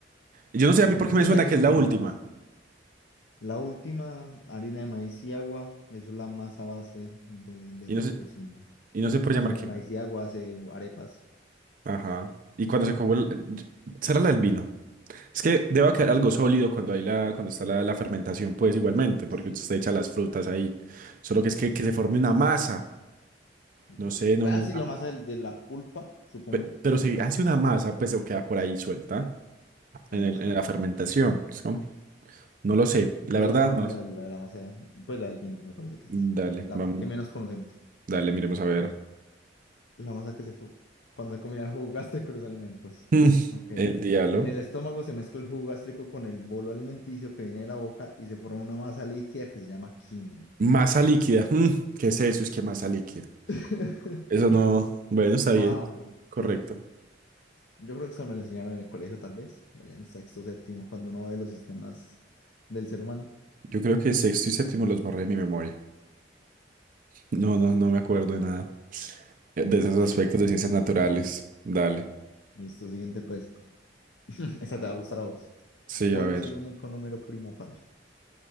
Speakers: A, on the right (about 50°); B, on the left (about 80°).
A: Yo no sé
B: Pero
A: a mí por qué
B: yo
A: me
B: no
A: suena
B: sabía que
A: que
B: se
A: es la
B: forma
A: última.
B: una masa. La última, harina de maíz y agua, eso es la masa base de, de
A: Y
B: la
A: no sé,
B: cocina.
A: y no
B: Usted
A: se puede
B: con
A: llamar
B: harina
A: quema.
B: de maíz y agua hace arepas.
A: Ajá. Y cuando se coge el... ¿Será la del vino? Es que debe quedar algo sólido cuando hay la, cuando está la, la fermentación, pues igualmente, porque
B: Sí,
A: usted echa las frutas ahí. Solo
B: sí,
A: que es que,
B: sí.
A: que se forme una masa.
B: Yo-
A: No sé, no,
B: pues,
A: no
B: Ah, sí,
A: tan-
B: la masa de, de la pulpa, supongo.
A: pe- pero
B: que-
A: si hace una masa, pues se queda por ahí suelta en
B: Ah, no
A: el,
B: sé.
A: en la fermentación.
B: Tú-
A: ¿no? No lo
B: mm.
A: sé, la
B: Pero
A: verdad
B: buscamos
A: no lo
B: la,
A: sé.
B: de la de la masa, pues la del vino, me parece que
A: Dale,
B: es la
A: vamos,
B: que menos conocemos.
A: dale, miremos a ver.
B: La masa que se fue cuando combina el jugo gástrico y los alimentos.
A: Mm,
B: Ok.
A: el diablo.
B: En el estómago se mezcla el jugo gástrico con el bolo alimenticio que viene de la boca y se forma una masa líquida que se llama quimo.
A: Masa líquida. mm, ¿qué es eso? Es que masa líquida.
B: <laughs>
A: Eso no. Bueno,
B: Wow.
A: está bien. Correcto.
B: Yo no, yo creo que eso me lo enseñaron en el colegio, tal vez, allá en sexto, séptimo, cuando uno ve los sistemas del ser humano.
A: Yo creo que sexto y séptimo los borré de mi memoria. No, no, no me acuerdo de nada. eh, de esos
B: Siguiente.
A: aspectos de ciencias naturales. Dale.
B: Listo, siguiente, pues. <clears throat> Esa te va a gustar a vos.
A: Sí,
B: ¿Cuál
A: a ver.
B: es el único número primo par?